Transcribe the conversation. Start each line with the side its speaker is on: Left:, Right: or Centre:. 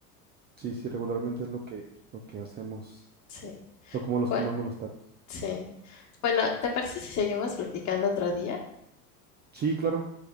Right: Sí, sí, regularmente es lo que, lo que hacemos,
Left: Sí.
Right: lo como los
Left: Bueno.
Right: comemos los tacos.
Left: Sí. Bueno, ¿te parece si seguimos platicando otro día?
Right: Sí, claro.